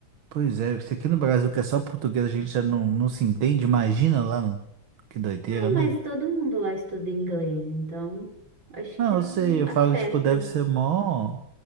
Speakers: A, on the right; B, on the right.
A: Pois é, se aqui no Brasil que é só português a gente já não, não se entende, imagina lá no. Que doideira,
B: Não,
A: né?
B: mas todo mundo lá estuda inglês, então acho
A: Não,
B: que não
A: eu sei, eu
B: afeta.
A: falo que, tipo, deve ser mó